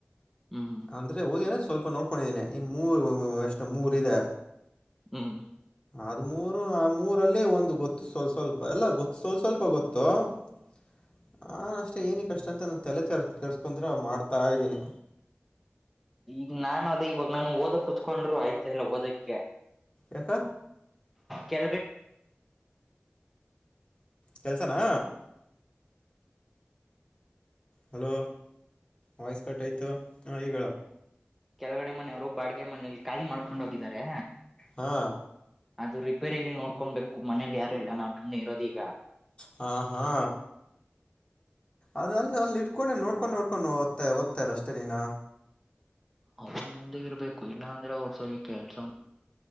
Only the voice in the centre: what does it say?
ಹ್ಮ್
ಹ್ಮ್
ಈಗ ನಾನು ಅದ ಇವಾಗ ನಂಗಗೆ ಓದಕ್ ಕುತ್ಕೊಂಡ್ರು ಆಯ್ತಾ ಇಲ್ಲ ಓದಕ್ಕೆ
ಕೆಲಗೆ
ಕೆಲಗಡೆ ಮನೆಯವರು ಬಾಡ್ಗೆ ಮನೇಲಿ ಕಾಲಿ ಮಾಡ್ಕೊಂಡ ಹೋಗಿದ್ದಾರೆ
ಅದು ರಿಪೇರಿಲ್ಲಿ ನೋಡ್ಕೊಬೇಕು ಮನೇಲಿ ಯಾರು ಇಲ್ಲ ನಾವು ಣ್ಣಿ ಇರೋದ ಈಗ
ಅವ್ರ ಮುಂದೆ ಇರ್ಬೇಕು ಇಲ್ಲಾಂದ್ರೆ ಅವ್ರ ಸರಿಯ ಕೆಲ್ಸ